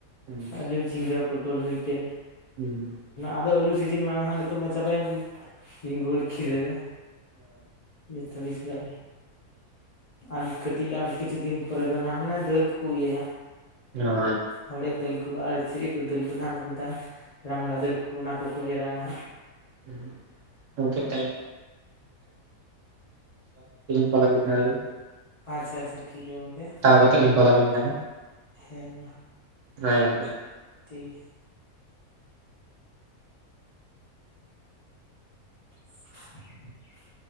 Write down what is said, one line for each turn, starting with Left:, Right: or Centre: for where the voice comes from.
Right: ᱦᱳᱭ
Left: ᱟᱹᱞᱩ ᱡᱷᱤᱸᱜᱟᱹ ᱯᱚᱴᱚᱞ ᱦᱚᱭᱛᱮ
Right: ᱦᱩᱸ
Left: ᱟᱫᱚ ᱟᱹᱞᱩ ᱥᱤᱡᱤᱱ ᱢᱟ ᱱᱟᱦᱟᱜ ᱱᱤᱛᱚᱜ ᱢᱟ ᱪᱟᱵᱟᱭᱮᱱ ᱵᱤᱸᱜᱩᱲ ᱠᱷᱤᱨᱟᱹ ᱡᱚᱛᱚ ᱠᱤᱪᱷᱩ <unintelligible> ᱟᱨ ᱠᱟᱹᱴᱤᱡ ᱟᱨ ᱠᱤᱪᱷᱩ ᱫᱤᱱ ᱯᱚᱨᱮ ᱫᱚ ᱱᱟᱦᱟᱜ ᱦᱟᱱᱮ ᱫᱟᱹᱞ ᱠᱚᱠᱚ ᱤᱭᱟᱹᱭᱟ
Right: <unintelligible>
Left: ᱦᱚᱲᱮᱡ ᱫᱟᱹᱞ ᱠᱚ ᱟᱨ ᱪᱮᱫ ᱠᱚ ᱫᱟᱹᱞ ᱠᱚ ᱱᱟᱦᱟᱜ ᱠᱚ ᱢᱮᱛᱟᱜᱼᱟ ᱨᱟᱢᱵᱽᱲᱟ ᱫᱟᱹᱞ ᱠᱚ ᱚᱱᱟ ᱠᱚᱠᱚ ᱮᱨᱼᱟ ᱱᱟᱜ
Right: <unintelligible> ᱛᱟᱞᱟ ᱜᱩᱠᱷᱟᱭ ᱟᱞᱤᱧ
Left: ᱟᱪᱪᱷᱟ ᱟᱪᱪᱷᱟ ᱴᱷᱤᱠ ᱜᱮᱭᱟ ᱜᱚᱝᱠᱮ᱾
Right: ᱠᱟᱛᱮᱫ ᱞᱤᱧ <inaudible> ᱠᱚᱞ ᱟᱵᱤᱱ ᱠᱟᱱᱟ
Left: ᱦᱮᱸ ᱢᱟ
Right: <unintelligible>
Left: ᱴᱷᱤᱦ ᱜᱮᱭᱟ <inaudible>